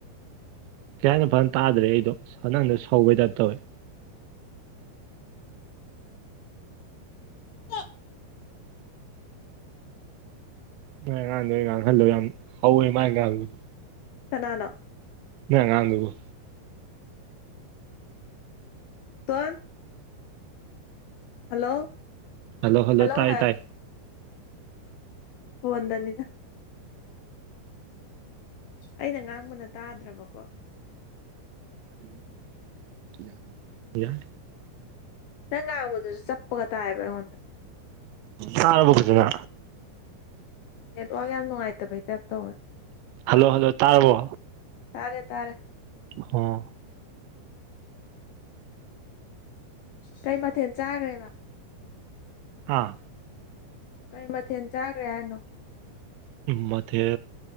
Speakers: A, on the right (about 80°); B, on the left (about 75°).
A: ꯀꯦꯅ ꯐꯖꯅ ꯇꯥꯗ꯭ꯔꯦ ꯑꯩꯗꯣ ꯅꯪꯗ ꯁꯧꯕꯩꯗꯞ ꯇꯧꯋꯦ ꯫
B: ꯀꯝ
A: ꯅꯥꯏ ꯑꯉꯥꯡꯗ ꯑꯩꯅ ꯉꯥꯡꯍꯜꯂꯣ ꯌꯥꯝ ꯍꯧꯋꯦ ꯃꯥꯥꯏ ꯉꯥꯡꯕꯗꯣ
B: ꯀꯅꯥꯅꯥ
A: ꯅꯉꯥꯡꯗꯨꯕꯨꯣ
B: ꯇ꯫ ꯍꯜꯂꯣ
A: ꯍꯂꯣ ꯍꯂꯣ
B: ꯍꯜꯂꯣ
A: ꯇꯥꯏ
B: ꯍꯥꯏꯌꯣ
A: ꯇꯥꯏ
B: ꯐꯣꯟꯗꯅꯤꯗ꯫ ꯑꯩꯅ ꯉꯥꯡꯕꯅ ꯇꯥꯗ꯭ꯔꯕꯀꯣ
A: ꯩꯅ ꯌꯥ ꯌꯥ
B: ꯅꯪ ꯉꯥꯡꯕꯗꯨꯁꯨ ꯆꯞꯄꯒ ꯇꯥꯏꯑꯕ ꯑꯩꯉꯣꯟꯗ
A: ꯕꯖꯅ
B: ꯅꯦꯠꯋꯥꯛ ꯌꯥꯝ ꯅꯨꯡꯉꯥꯏꯇꯕ ꯍꯇꯥꯏꯞ ꯇꯧꯋꯦ
A: ꯍꯜꯂꯣ ꯍꯜꯂꯣ ꯇꯥꯔꯕꯣ
B: ꯇꯥꯔꯦ ꯇꯥꯔꯦ
A: ꯑꯣ
B: ꯀꯩ ꯃꯊꯦꯜ ꯆꯥꯈ꯭ꯔꯦꯕ
A: ꯍꯥꯥ
B: ꯀꯩ ꯃꯊꯦꯜ ꯆꯥꯈ꯭ꯔꯦ ꯍꯥꯏꯅꯣ
A: ꯃꯊꯦ